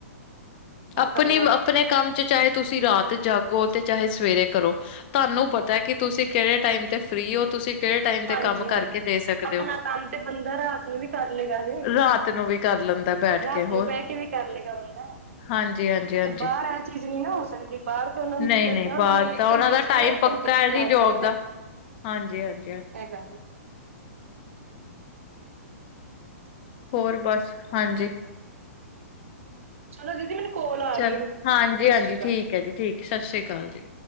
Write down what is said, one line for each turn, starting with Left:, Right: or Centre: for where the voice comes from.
Left: ਆਪਣੀ
Right: ਉਹ ਕਰਨਾ
Left: ਆਪਣੇ ਕੰਮ ਚ ਚਾਹੇ। ਤੁਸੀਂ ਰਾਤ ਜਾਗੋ ਤੇ ਚਾਹੇ ਸਵੇਰੇ ਕਰੋ। ਤੁਹਾਨੂੰ ਪਤਾ ਕਿ ਤੁਸੀਂ ਕਿਹੜੇ ਟਾਈਮ ਤੇ ਫ੍ਰੀ ਹੋ ਤੁਸੀਂ। ਕਿਹੜੇ ਟਾਈਮ ਦੇ
Right: ਹਾਂਜੀ
Left: ਕੰਮ
Right: ਹਾਂਜੀ
Left: ਕਰਕੇ ਦੇ ਸਕਦੇ
Right: ਆਪਣਾ
Left: ਹੋ'
Right: ਕੰਮ ਤੇ ਬੰਦਾ ਰਾਤ ਨੂੰ ਵੀ ਕਰ ਲਏਗਾ ਜੇ
Left: ਰਾਤ ਨੂੰ ਵੀ। ਕਰ ਲੈਂਦਾ ਬੈਠ
Right: ਰਾਤ
Left: ਕੇ ਹੋਰ।
Right: ਨੂੰ ਬਹਿ ਕੇ ਵੀ ਕਰ ਲਏਗਾ ਬੰਦਾ
Left: ਹਾਂਜੀ-ਹਾਂਜੀ-ਹਾਂਜੀ'
Right: ਤੇ ਬਾਹਰ ਇਹ ਚੀਜ਼ ਨਹੀਂ ਨਾ ਹੋ ਸਕਦੀ ਬਾਹਰ ਤੇ ਉਹਨਾਂ ਨੂੰ
Left: ਨਹੀਂ-ਨਹੀਂ
Right: ਜਿਲੇ ਕਿਹਾ
Left: ਬਾਹਰ
Right: ਉਹਨਾਂ ਨੇ
Left: ਤਾਂ
Right: ਇੱਕ
Left: ਉਹਨਾ
Right: ਘੰਟੇ
Left: ਦਾ
Right: ਚ
Left: ਟਾਈਮ।
Right: ਕਿਹਾ ਇੱਕ
Left: ਪੱਕਾ
Right: ਘੰਟੇ ਚ
Left: ਹੈ
Right: ਤਿਆਰ
Left: ਜੀ ਜੋਬ
Right: ਚਾਹੀਦਾ
Left: ਦਾ ਹਾਂਜੀ-ਹਾਂਜੀ।
Right: ਇਹ ਗੱਲ।
Left: ਹੋਰ ਬਸ ਹਾਂਜੀ।
Right: ਚਲੋ ਦੀਦੀ ਮੈਨੂੰ। ਕੋਲ ਆ
Left: ਚਲ,
Right: ਰਹੀ ਹੈ
Left: ਹਾਂਜੀ
Right: ਸਤਿ
Left: ਹਾਂਜੀ,
Right: ਸ੍ਰੀ ਅਕਾਲ
Left: ਠੀਕ ਹੈ ਜੀ, ਠੀਕ, ਸਤਿ ਸ਼੍ਰੀ ਅਕਾਲ ਜੀ।